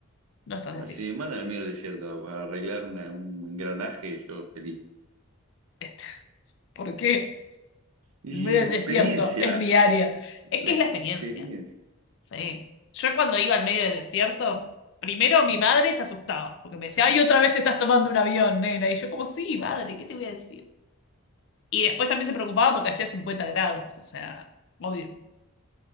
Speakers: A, on the left; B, on the right.
A: No es tan
B: bueno,
A: difícil.
B: si me mandan al medio del desierto a, a arreglar una- un engranaje, yo feliz.
A: Este, <laughs> ¿por qué?
B: Y
A: En medio
B: la
A: del
B: experiencia,
A: desierto, es mi área. Es
B: la
A: que
B: experiencia.
A: es la experiencia, sí. Yo cuando iba al medio del desierto, primero mi madre se asustaba porque me decía, ay, otra vez te estás tomando un avión, nena. Y yo como, sí, madre, ¿qué te voy a decir? Y después también se preocupaba porque hacía 50 grados, o sea, obvio,